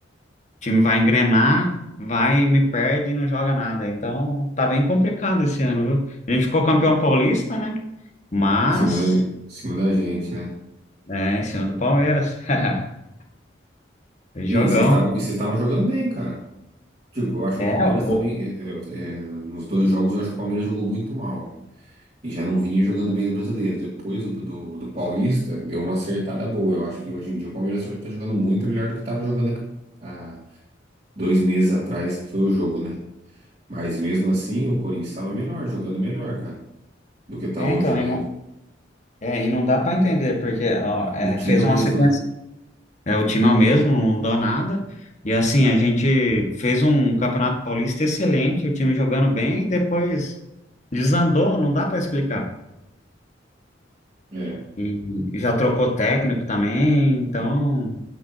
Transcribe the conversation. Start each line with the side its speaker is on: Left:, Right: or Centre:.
Left: O time vai engrenar, vai e me perde e não joga nada. Então, tá bem complicado esse ano, viu? A gente ficou campeão paulista, né? Mas,
Right: Em cima da, em cima da gente, né?
Left: é, em cima do Palmeiras. <laughs>
Right: E
Left: Jogão.
Right: vocês estavam, e vocês estavam jogando bem, cara. Tipo, eu acho que
Left: É,
Right: o Palmeiras
Left: o-
Right: também, é, é, é, nos dois jogos, eu acho que o Palmeiras jogou muito mal, né? E já não vinha jogando bem no Brasileiro. Depois do, do, do Paulista, deu uma acertada boa. Eu acho que hoje em dia o Palmeiras já tá jogando muito melhor do que estava jogando há há dois meses atrás, que foi o jogo, né? Mas mesmo assim, o Corinthians estava melhor, jogando melhor, cara, do que tá
Left: é,
Right: hoje,
Left: então,
Right: né?
Left: e não, é, e não dá para entender, porque ó, é,
Right: O time
Left: fez
Right: é o
Left: uma
Right: mesmo,
Left: sequência.
Right: né?
Left: É, o time é o mesmo, não deu nada. E assim, a gente fez um Campeonato Paulista excelente, o time jogando bem, e depois desandou, não dá para explicar.
Right: É.
Left: e já trocou técnico também, então.